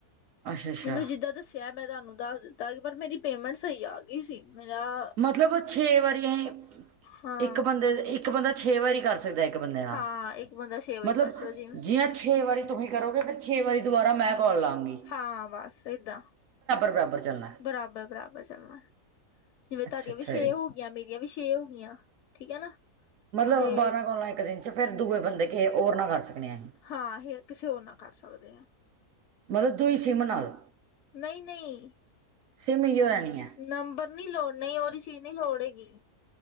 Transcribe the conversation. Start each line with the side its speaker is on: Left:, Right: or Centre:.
Right: ਅੱਛਾ ਅੱਛਾ
Left: ਮੈਨੂੰ ਜਿੱਦਾਂ ਦੱਸਿਆ ਮੈਂ ਤਾ ਨੂੰ ਦੱਸ ਦਿੱਤਾ ਪਰ ਮੇਰੀ ਪੇਮੈਂਟ ਸਹੀ ਆ ਗਈ ਸੀ ਮੇਰਾ ਪਜਾਆ
Right: ਮਤਲਬ ਛੇ ਵਾਰੀ ਐਹੀ
Left: ਹਾਂ
Right: ਇੱਕ ਬੰਦੇ ਇੱਕ ਬੰਦਾ ਛੇ ਵਾਰੀ ਕਰ ਸਕਦਾ ਐ ਇੱਕ ਬੰਦੇ ਨਾਲ
Left: ਹਾਂ ਇੱਕ ਬੰਦਾ ਛੇ ਵਾਰੀ
Right: ਮਤਲਬ
Left: ਕਰ ਸਕਦਾ ਜਿਵੇਂ
Right: ਜੀਆਂ ਛੇ ਵਾਰੀ ਤੁਹੀ ਕਰੋਗੇ ਪਰ ਛੇ ਵਾਰੀ ਦੁਬਾਰਾ ਮੈਂ ਕੋਲ ਲਾ ਗੀ
Left: ਹਾਂ ਬਸ ਏਦਾਂ
Right: ਬਰਾਬਰ ਚੱਲਣਾ
Left: ਬਰਾਬਰ ਬਰਾਬਰ ਚੱਲਣਾ ਆ ਜਿਵੇਂ
Right: ਅੱਛਾ
Left: ਤਾਔਡੀਆਂ
Right: ਅੱਛਾ
Left: ਵੀ ਛੇ
Right: ਇਹ
Left: ਹੋ ਗਈਆਂ ਮੇਰੀਆਂ ਵੀ ਛੇ ਹੋ ਗਈਆਂ ਠੀਕ ਐ ਨਾ
Right: ਮਤਲਬ
Left: ਤੇ
Right: ਬਾਰਾਂ ਕੋਲਾ ਇੱਕ ਦਿਨ ਚ ਫਿਰ ਦੂਏ ਬੰਦੇ ਕਿਸ ਹੋਰ ਨਾ ਕਰ ਸਕਦੇ ਆ ਅਸੀਂ
Left: ਹਾਂ ਹੇਰ ਕਿਸੇ ਹੋਰ ਨਾ ਕਰ ਸਕਦੇ ਆ
Right: ਮਤਲਬ ਤੂਹੀ ਸਿੰਮ ਨਾ ਲੋ
Left: ਨਹੀਂ ਨਹੀਂ ਈ
Right: ਸਿਮ ਇਓ ਰਹਿਣੀ ਹੈ
Left: ਨੰਬਰ ਨੀ ਲੋੜ ਨਹੀਂ ਉਹਦੀ ਚੀਜ਼ ਨਹੀਂ ਲੋੜ ਹੈਗੀ